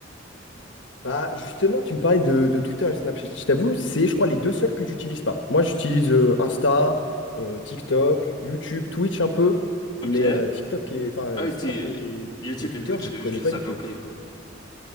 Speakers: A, on the left; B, on the left.
A: Bah justement, tu me parlais de, de Twitter et Snapchat, je t'avoue, c'est je crois les deux seuls que j'utilise pas. Moi j'utilise euh, Insta, euh, TikTok, YouTube, Twitch un peu,
B: Ok.
A: mais euh, TikTok et enfin euh,
B: Ah oui,
A: Snap
B: t'es-
A: et,
B: YouTube
A: et Twitter,
B: et Twitch,
A: je
B: je
A: connais
B: je les
A: pas du
B: avais
A: tout.
B: oubliés.